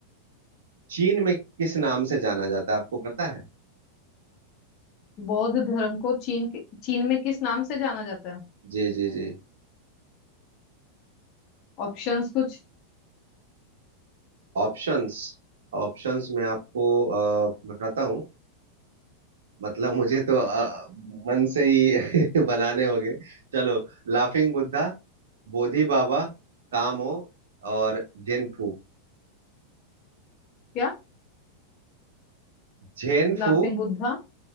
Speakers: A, on the right; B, on the left.
A: चीन में किस नाम से जाना जाता है आपको पता है
B: बौद्ध धर्म को चीन के चीन में किस नाम से जाना जाता है
A: जी जी जी
B: ऑप्शंस कुछ
A: ऑप्शंस ऑप्शंस में आपको अ, बताता हूँ मतलब मुझे तो अ, मन से ही <laughs> बनाने होंगे चलो लाफिंग बुद्धा बोधि बाबा कामो और जेनफू
B: क्या
A: जेनफू
B: लाफिंग बुद्धा